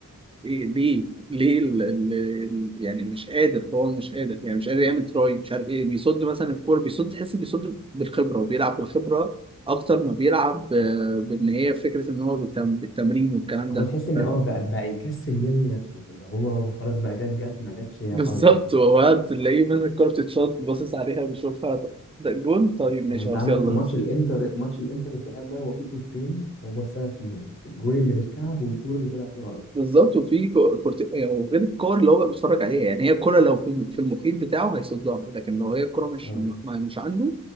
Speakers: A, on the right (about 15°); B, on the left (about 40°).
A: ليه ليه ليه ال... ال... ال- يعني مش قادر هو مش قادر يعني مش قادر يعمل تراي مش عارف ايه بيصد مثلا الكوره بيصد تحس بيصد بالخبره وبيلعب بالخبره اكتر ما بيلعب آه، بان هي فكره ان هو بالتم... بالتمرين والكلام
B: هو
A: ده
B: تحس ان
A: فاهم؟
B: اه بقى بقى يكسل يرمي نفسه اللي هو خلاص بقى جت جت ما جتش
A: <laughs>
B: يا
A: بالظبط
B: حظي
A: وهو تلاقيه مثلا الكوره بتتشط باصص عليها بيشوفها طب ده جون طيب ماشي
B: يعني انت
A: خلاص
B: عندك
A: يلا
B: في ماتش الانتر ماتش الانتر الذهاب ده هو فيه كورتين هو السبب فيهم الجول اللي بالكعب والجول اللي طلع فيه غلط
A: بالظبط وفي كو- كورت يعني وغير الكور اللي هو بقى بيتفرج عليها يعني هي الكوره لو في في المحيط بتاعه هيصدها لكن لو هي الكوره مش
B: اه
A: ما- مش عنده